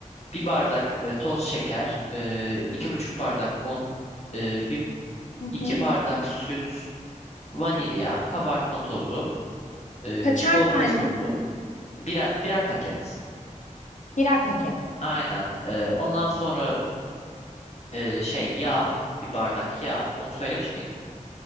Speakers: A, on the left; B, on the left.
A: Bir bardak e, toz şeker, e, iki buçuk bardak un, e, bir,
B: Hı
A: iki
B: hı.
A: bardak süt, vanilya, kabartma tozu, e,
B: Kaçar
A: çikolata
B: tane?
A: sosu, birer, birer paket.
B: Birer paket.
A: Aynen. E, ondan sonra e, şey yağ, bir bardak yağ. Onu söylemiş miydim?